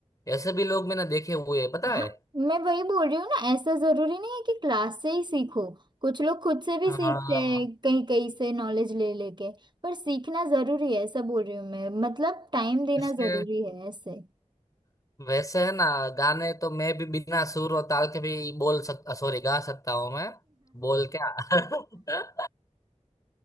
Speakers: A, on the left; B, on the right.
A: ऐसे भी लोग मैंने देखे हुए हैं पता
B: हाँ
A: है
B: मैं वही बोल रही हूँ ना ऐसा जरूरी नहीं है कि क्लास से ही सीखो कुछ लोग खुद से भी
A: हाँ
B: सीखते हैं कहीं कहीं से नॉलेज ले लेके पर सीखना जरूरी है ऐसा बोल रही हूँ मैं मतलब टाइम देना
A: ऐसे
B: जरूरी है ऐसे
A: वैसे है ना गाने तो मैं भी बिना सुर और ताल के भी बोल सकता सॉरी गा सकता हूँ मैं बोल क्या <laughs>